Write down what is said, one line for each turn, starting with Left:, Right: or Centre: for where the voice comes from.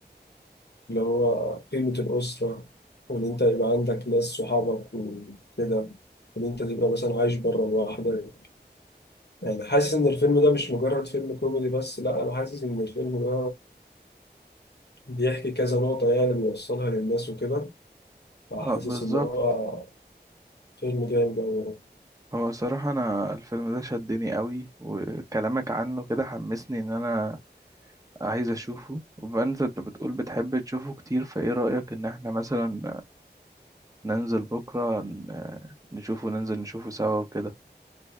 Left: اللي هو قيمة الأسرة وإن أنت يبقى عندك ناس صحابك وكده وإن أنت تبقى مثلا عايش بره لوحدك يعني حاسس إن الفيلم ده مش مجرد فيلم كوميدي بس لا أنا حاسس إن الفيلم ده بيحكي كذا نقطة يعني بيوصلها للناس وكده فحاسس
Right: اه بالظبط
Left: إن هو فيلم جامد أوي
Right: هو صراحة أنا الفيلم ده شدني قوي وكلامك عنه كده حمسني إن أنا عايز أشوفه وبما إن أنت بتقول بتحب تشوفه كتير فإيه رأيك إن إحنا مثلا ننزل بكرة ن- نشوفه ننزل نشوفه سوا وكده